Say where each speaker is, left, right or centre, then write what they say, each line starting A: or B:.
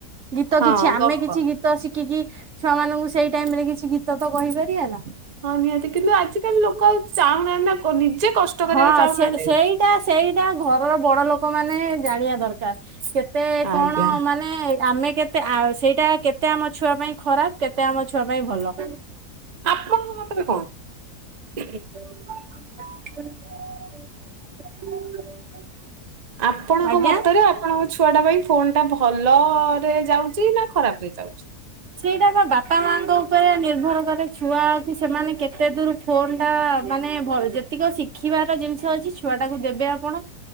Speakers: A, on the right; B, on the right.
A: ଗୀତ
B: ହଁ
A: କିଛି ଆମେ
B: ଗପ
A: କିଛି ଗୀ ତ ଶିଖିକି ଛୁଆ ମାନଙ୍କୁ ସେଇ ଟାଇମ୍ ରେ କିଛି ଗୀତ ତ କହିପାରିବା ନା।
B: ହଁ ନିହାତି କିନ୍ତୁ ଆଜିିକାଲି ଲୋକ ଚାହୁଁନାହାନ୍ତି ନା ନିଜେ କଷ୍ଟ କରିବାକୁ
A: ହଁ
B: ଚାହୁଁନାହାନ୍ତି
A: ସେ ସେଇ ସେଇଟା ଘରର ବଡ ଲୋକ ମାନେ ଜାଣିବା ଦରକାର କେତେ
B: ଆଜ୍ଞା
A: କଣ ମାନେ ଆମେ କେତେ ସେଇଟା କେତେ ଆମ ଛୁଆ ପାଇଁ ଖରାପ କେତେ ଆମ ଛୁଆ ପାଇଁ ଭଲ
B: ଆପଣଙ୍କ ମତରେ କଣ?
A: <inaudible>
B: ଆପଣଙ୍କ
A: ଆଜ୍ଞା।
B: ମତରେ ଆପଣଙ୍କ ଛୁଆଟା ପାଇଁ ଫୋନ ଟା ଭଲରେ ଯାଉଛି ନା ଖରାପ ରେ ଯାଉଛି।
A: ସେଇଟା ପା ବାପା ମାଙ୍କ ଉପରେ ନିର୍ଭର କରେ ଛୁଆକୁ ସେମାନେ କେତେ ଦୂର ଫୋନ ଟା ମାନେ ଭ ଯେତିକ ଶିଖିବାର ଜିନିଷ ଅଛି ଛୁଆ ଟାକୁ ଦେବେ ଆପଣ